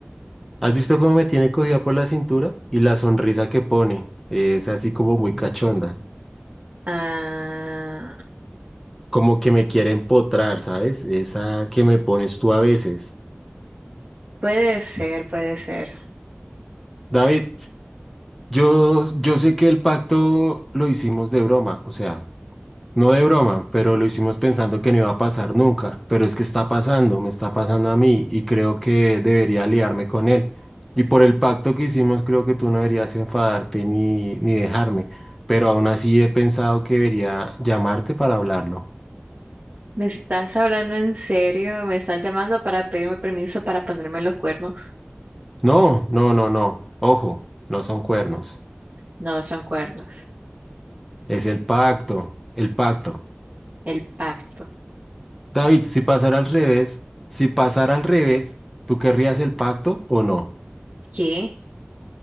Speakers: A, in the centre; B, on the right (about 35°).
A: ¿Has visto cómo me tiene cogida por la cintura? Y la sonrisa que pone, eh, es así como muy cachonda,
B: Ah,
A: como que me quiere empotrar, ¿sabes? Esa que me pones tú a veces.
B: Puede ser, puede ser.
A: David, Yo, yo sé que el pacto lo hicimos de broma, o sea, no de broma, pero lo hicimos pensando que no iba a pasar nunca, pero es que está pasando, me está pasando a mí y creo que debería aliarme con él. Y por el pacto que hicimos, creo que tú no deberías enfadarte ni, ni dejarme, pero aún así he pensado que debería llamarte para hablarlo.
B: ¿Me estás hablando en serio? ¿Me estás llamando para pedirme permiso para ponerme los cuernos?
A: No, no, no, no, ojo, no son cuernos,
B: No son cuernos.
A: es el pacto, el pacto.
B: El pacto.
A: David, si pasara al revés, si pasara al revés, ¿tú querrías el pacto o no?
B: ¿Qué?